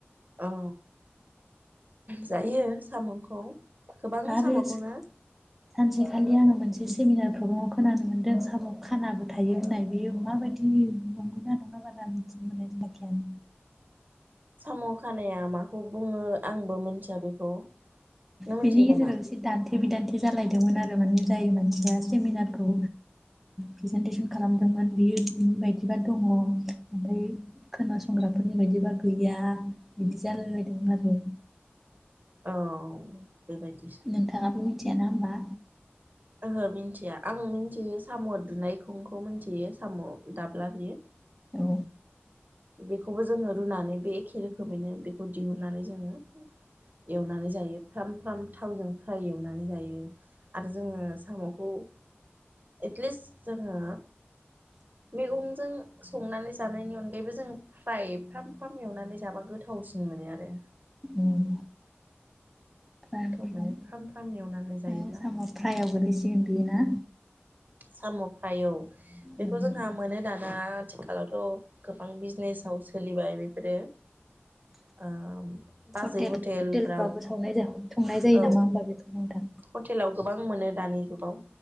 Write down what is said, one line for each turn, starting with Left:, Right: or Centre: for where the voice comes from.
Right: औ जायो साम'खौ। गोबां
Centre: आरो
Right: साम'खौनो
Centre: सानसेखालि आङो मोनसे सेमिनार मगाव खोनानो मोनदों साम' खानाबो थायो होननाय बेयो माबायदि नंगौ ना नङा बारा मिथिनो मोननाय जायाखै आं‌।
Right: साम' खानाया माखौ बुङो आंबो मोनथिया बेखौ। नों मिथियो
Centre: बिनि गेजेराव
Right: नामा?
Centre: सि दान्थे बिदान्थे जालायदोंमोन आरो माने जाय मानसिया सेमिनारखौ प्रेजेेनटेसन खालामदोंमोन बियो बिनि बायदिबा दङ ओमफ्राय खोनासंग्राफोरनि बायदिबा गैया बिदि जालायलायदोंमोन आरो।
Right: औ। बेबायदिसो
Centre: नोंथाङाबो मिथियाना होमबा?
Right: ओहो मिन्थिया। आं मिथियो साम' दुनायखौ। फुंखौ मोनथियो साम' दाब्ला बियो।
Centre: औ।
Right: बेखौबो जोङो रुनानै बे एखे रोखोमैनो बेखौ दिहुननानै जोङो एवनानै जायो फ्राम फ्राम थावजों फ्राय एवनानै जायो। बेयो आरो जोङो साम'खौ एटलिस्ट जोङो मैगंजों संनानै जानायनि अनगायैबो जों फ्राइ फ्राम फ्राम एवनानै जाबा गोथावसिन मोनो आरो
Centre: उम फ्राम
Right: गोथाव
Centre: फ्राम
Right: मोनो फ्राम एवनानै जायोब्ला
Centre: ओ साम' फ्रायआव गोलैसिगोन बियोना?
Right: साम' फ्राय औ।
Centre: ना
Right: बेखौ जोंहा मोनो दाना आथिखालावथ' गोबां बिजिनेस आव सोलिबाय बेफोरो औ बाजै
Centre: हटेल
Right: हटेलफ्राव
Centre: हटेलफ्रावबो सावनाय संनाय जायो
Right: औ
Centre: नामा होमबा बेखौ नोंथां
Right: हटेलाव गोबां मोनो दानि जु गाव